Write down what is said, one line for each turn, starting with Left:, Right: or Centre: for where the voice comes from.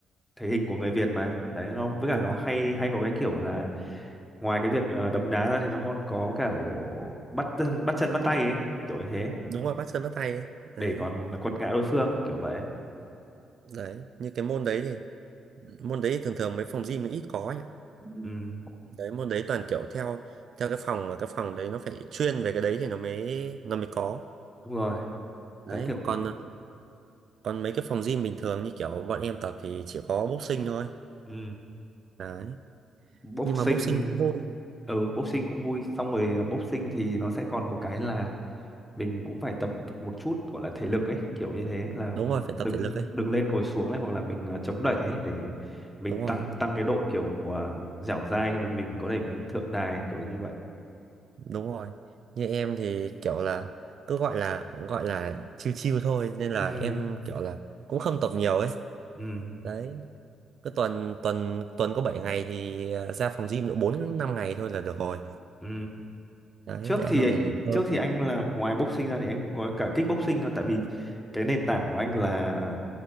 Centre: thể hình của người Việt mà đấy nó với
Right: đúng
Centre: cả nó
Right: rồi
Centre: hay hay có cái kiểu là ngoài cái việc ờ, đấm đá ra thì nó còn có cả bắt chân bắt chân bắt tay ấy kiểu như thế
Right: đúng rồi bắt chân bắt tay ấy đấy
Centre: để còn quật ngã đối phương kiểu vậy
Right: đấy như cái môn đấy thì môn đấy thì thường thường mấy phòng gym nó ít có ấy.
Centre: ừ.
Right: đấy môn đấy toàn kiểu theo theo cái phòng mà cái phòng đấy nó phải chuyên về cái đấy thì nó mới nó mới có
Centre: đúng rồi
Right: đấy
Centre: sẽ kiểu
Right: còn còn mấy cái phòng gym bình thường như kiểu bọn em tập thì chỉ có boxing thôi
Centre: ừ
Right: đấy
Centre: boxing
Right: nhưng mà boxing cũng vui
Centre: ừ boxing cũng vui xong rồi ờ, boxing thì nó sẽ còn một cái là mình cũng phải tập một chút gọi là thể lực ấy kiểu như thế là
Right: đúng rồi phải tập
Centre: đứng
Right: thể lực ấy
Centre: đứng lên ngồi xuống này hoặc là mình ờ, chống đẩy ấy để mình
Right: đúng
Centre: tăng
Right: rồi
Centre: tăng cái độ kiểu ờ, dẻo dai khi mà mình có thể mình thượng đài kiểu như vậy
Right: đúng rồi như em thì kiểu là cứ gọi là gọi là chill chill thôi nên là
Centre: ừ
Right: em kiểu là cũng không tập nhiều ấy
Centre: ừ
Right: đấy cứ tuần tuần tuần có 7 ngày thì à, ra phòng gym độ 4 5 ngày thôi là được rồi
Centre: ừ
Right: đấy
Centre: trước
Right: để
Centre: thì
Right: hai ngày nghỉ ngơi
Centre: trước thì anh là ngoài boxing ra thì anh cũng có cả kickboxing cơ tại vì cái nền tảng của anh là